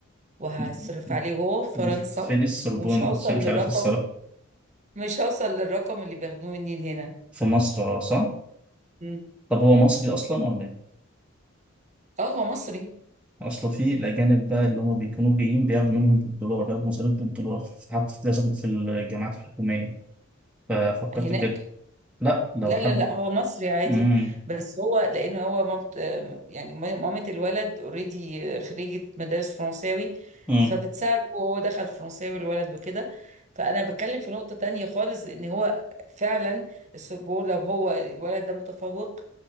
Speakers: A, in the centre; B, on the right.
A: <laughs>
B: وهصرف عليه هو في فرنسا
A: دي فين السربون
B: ومش هوصل
A: عشان
B: للرقم
A: مش عارف الصراحه
B: مش هوصل للرقم اللي بياخدوه مني هنا
A: في مصر آه، صح
B: مم.
A: طب هو مصري اصلا ولا ايه
B: اه هو مصري
A: اصلا في الاجانب بقى اللي هم بيكونوا جايين بياخدوا منهم بالدولار بياخدوا مصاريف بالدولار في- حتى في لازم في الجامعات الحكوميه ففكرت
B: هناك
A: كده لا لو
B: لا
A: حد
B: لا لا هو مصري عادي
A: امم
B: بس هو لانه هو مامت يعني مامة الولد اوريدي خريجة مدارس فرنساوي
A: امم
B: فبتساعده وهو دخل فرنساوي الولد وكده فانا بتكلم في نقطة تانية خالص ان هو فعلا السربون لو هو الولد ده متفوق